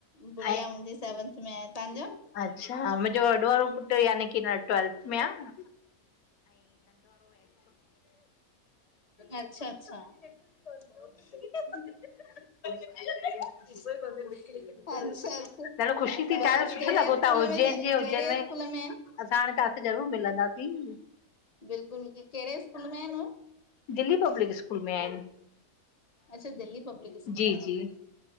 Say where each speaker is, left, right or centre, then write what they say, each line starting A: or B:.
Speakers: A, on the left; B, on the left.
A: गुड़िया
B: ऐं
A: मुंहिंजी सेवेंथ में तव्हांॼो --
B: अच्छा मुंहिंजो वॾो वारो पुटु यानी की ट्वेल्थ में आहे।
A: अच्छा अच्छा। इ --
B: ह --
A: अच्छा अच्छा
B: ॾाढो ख़ुशी थी
A: बस
B: ॾाढो सुठो
A: कहिड़े
B: लॻो
A: स्कूल
B: था उज्जैन
A: में कहिड़े।
B: जे उज्जैन
A: स्कूल में अन् --
B: असां हाणे ता सा ज़रूर मिलंदासीं।
A: बिल्कुल बिल्कुल कहिड़े स्कूल मे आहिन?
B: दिल्ली पब्लिक स्कूल में आहिन।
A: अच्छा दिल्ली पब्लिक स्कूल
B: जी
A: में आहिन।
B: जी